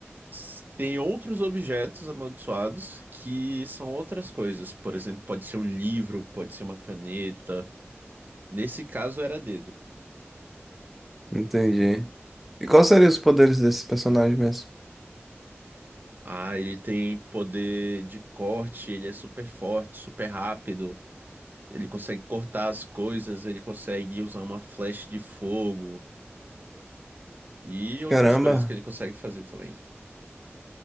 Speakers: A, on the right (about 45°); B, in the centre.
A: S- Tem outros objetos amaldiçoados que são outras coisas. Por exemplo, pode ser um livro, pode ser uma caneta. Nesse caso era dedo.
B: Entendi. E quais seriam os poderes desse personagem mesmo?
A: Ah, ele tem poder de corte, ele é super forte, super rápido. Ele consegue cortar as coisas, ele consegue usar uma flecha de fogo e outras
B: Caramba,
A: coisas que ele consegue fazer também.